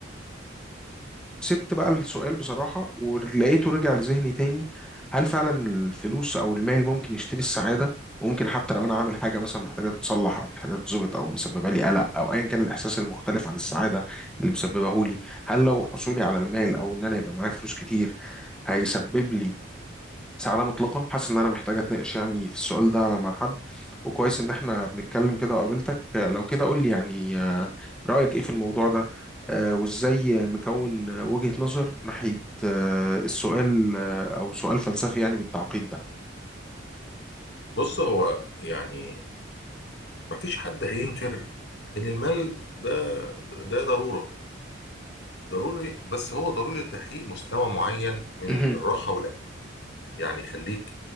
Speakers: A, in the centre; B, on the left.
A: سبت بقى السؤال بصراحة ولقيته رجع لذهني تاني هل فعلا الفلوس أو المال ممكن يشتري السعادة؟ وممكن حتى لو أنا عامل حاجة مثلا محتاجة تتصلح أو محتاجة تتظبط أو مسببة لي قلق أو أيا كان الإحساس المختلف عن السعادة اللي مسببه لي هل لو حصولي على المال أو إن أنا يبقى معايا فلوس كتير هيسبب لي سعادة مطلقة حاسس إن أنا محتاج أتناقش يعني في السؤال ده مع حد وكويس إن إحنا بنتكلم كده وقابلتك آه، لو كده قول لي يعني آه، رأيك إيه في الموضوع ده آه، وإزاي مكون آه، وجهة نظر ناحية آه، السؤال آه، أو سؤال فلسفي يعني بالتعقيد ده
B: بص هو يعني مفيش حد هينكر ان المال ده ده ضروره ضروري بس هو ضروري لتحقيق مستوى معين من
A: مهم،
B: الراحه والامان يعني خليك